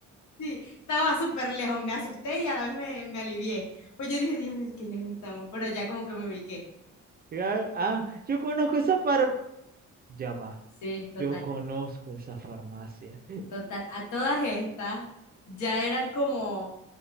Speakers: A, on the left; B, on the right.
A: Sí, estaba súper lejos, me asusté y a la vez me, me alivié. Pues yo dije, Dios mío, qué lejos estamos, pero ya como que me ubiqué.
B: Ya- Ah, yo conozco esa far... Ya va.
A: Sí, total.
B: Yo conozco esa farmacia.
A: Total, a todas estas ya eran como,